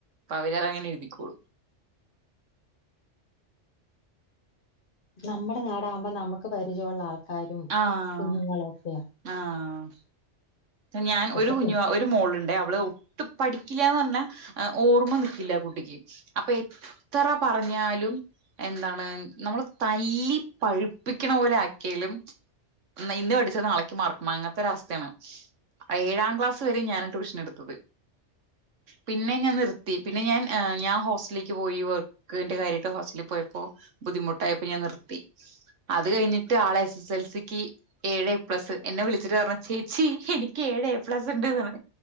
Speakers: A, on the right; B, on the left.
A: അവരതങ്ങനെ എഴുതിക്കോളും.
B: നമ്മുടെ നാടാകുമ്പ നമുക്ക് പരിചയുള്ള ആൾക്കാരും
A: ആഹ്
B: കുഞ്ഞുങ്ങളു ഒക്കെയ.
A: ആഹ് ഞാൻ
B: ഇപ്പഴത്തെ
A: ഒരു കുഞ്ഞുവാ ഒരു മോളുണ്ട് അവള് ഒട്ട് പഠിക്കില്ലന്ന് പറഞ്ഞാ അ ഓർമ്മ ന്ക്കില്ല കുട്ടിക്ക് അപ്പെ എത്ര പറഞ്ഞാലും. എന്താണ് നമ്മള് തല്ലി പഴുപ്പിക്കണ പോലെ ആക്കിയലും. ന്ന ഇന്ന് പഠിച്ചത് നാളേക്ക് മാറക്കുമ അങ്ങനത്തെ ഒരു അവസ്ഥയാണ് അ ഏഴാം ക്ലാസ് വരെ ഞാന് ട്യൂഷനെടുത്തത് പിന്നെ ഞാ നിർ പി പിന്നെ ഞാൻ ഞാ ഹോസ്റ്റലീക്ക് പോയി വർക്ക് ന്റെ കാര്യയ്ട്ട് ഹോസ്റ്റലി പോയപ്പോ. ബുദ്ധിമുട്ടായപ്പ ഞാ നിർത്തി. അത് കഴിഞ്ഞിട്ട് ആളെ എസ് എസ് എൽ സിക്ക് ഏഴ് പ്ലസ് എന്നെ വിളിച്ചിട്ട് പറഞ്ഞ ചേച്ചി എനിക്ക് ക്ക്‌ എഴ് എ പ്ലസ് ണ്ട്ന്ന്